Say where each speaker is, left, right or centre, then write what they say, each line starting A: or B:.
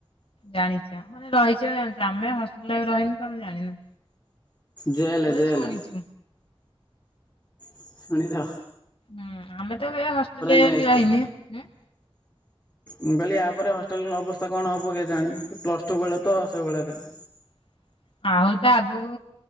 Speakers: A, on the left; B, on the left.
A: ଜାଣିଚ ମାନେ ରହିଚ ଜାଣିଚ। ଆମେ ହଷ ରହିନୁ ତ ଜାଣିନୁ।
B: ଜେଲେ
A: ତଥାପି
B: ଜେଲେ।
A: ଶୁଣିଛୁ।
B: ଶୁଣିଥା
A: ହୁଁ ଆମେ ତ ଏବେ ଏ ହଷ୍ଟେଲରେ
B: ନେକ୍ସଟ
A: ବି ରହିନେ ଉଁ।
B: ମୁଁ କହିଲି ୟାପରେ ହଷ୍ଟେଲର ଅବସ୍ଥା କଣ ହବ କେଜାଣି ପ୍ଲସ ଟୁ ବେଳେ ତ ସେଇଭଳିଆ ଥିଲା।
A: ହ ଆହୁରି ତ ଆଗକୁ